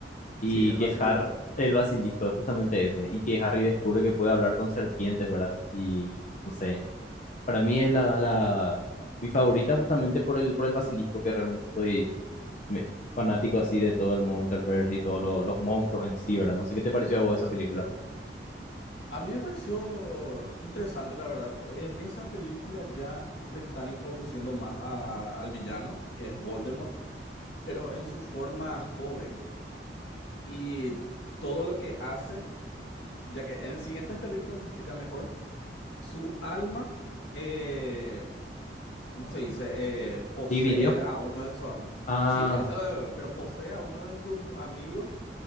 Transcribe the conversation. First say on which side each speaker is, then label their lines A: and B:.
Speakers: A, on the left; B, on the left.
A: y
B: Sí, el
A: que
B: basilisco.
A: Har el basilisco es justamente ese, y que Harry descubre que puede hablar con serpientes, ¿verdad? Y no sé, para mí es la, la mi favorita justamente por el, por el basilisco, que realmente soy me- fanático así de todo el Monsterverse y todos lo- los monstruos en sí, ¿verdad? No sé qué te pareció a vos esa película.
B: A mí me pareció interesante, la verdad. En esa película ya le están introduciendo más a- al villano, que es Voldemort, pero en su forma joven. Y todo lo que hace, ya que en siguientes películas se explica mejor, su alma eh, ¿cómo se dice? Eh, posee
A: Dividió.
B: a uno de sus, am-
A: Ah,
B: sí, eso, eh, pero posee a uno de sus amigos